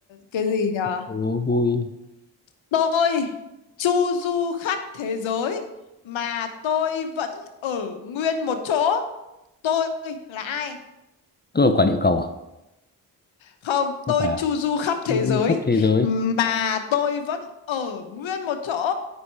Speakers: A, on the left (about 70°); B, on the left (about 20°).
A: cái gì nhở
B: đố vui
A: tôi chu du khắp thế giới mà tôi vẫn ở nguyên một chỗ tôi là ai
B: cơ là quả địa cầu à
A: không
B: không
A: tôi
B: phải à
A: chu du khắp thế
B: chu du
A: giới
B: khắp thế giới
A: mà tôi vẫn ở nguyên một chỗ